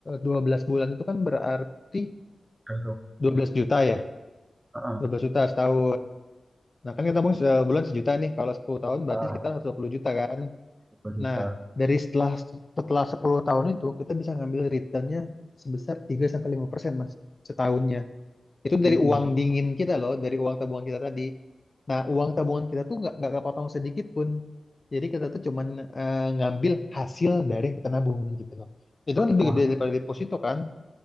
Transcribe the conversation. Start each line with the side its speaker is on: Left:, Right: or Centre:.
Left: dua belas bulan itu kan berarti
Right: Jam
Left: 12 juta ya.
Right: Heeh, heeh,
Left: dua belas juta setahun. Nah, kan kita nabung sebulan sejuta nih. Kalau 10 tahun berarti
Right: Heeh.
Left: sekitar 120 juta kan.
Right: Rp20.000.000.
Left: Nah, dari setelah setelah 10 tahun itu kita bisa ngambil returnnya sebesar 3 sampai 5% Mas setahunnya. Itu dari
Right: Mhm.
Left: uang dingin kita loh, dari uang tabungan kita tadi. Nah, uang tabungan kita tuh nggak nggak kepotong sedikit pun. Jadi kita tuh cuman eh, ngambil hasil dari kita nabung gitu loh. Itu kan lebih
Right: Wah,
Left: gede daripada deposito kan?